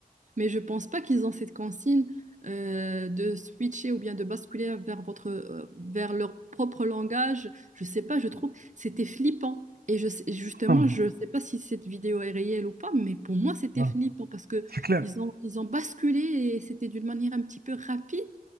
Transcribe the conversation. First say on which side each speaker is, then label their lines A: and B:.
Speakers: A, on the right; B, on the right.
A: Mais je pense pas qu'ils ont cette consigne euh, de switcher ou bien de basculer vers votre, euh, vers leur propre langage. Je sais pas, je trouve c'était flippant. Et je sais- justement,
B: Ah,
A: je sais pas si cette vidéo est réelle ou pas, mais pour moi, c'était
B: ah,
A: flippant parce que
B: c'est clair.
A: ils ont, ils ont basculé et c'était d'une manière un petit peu rapide.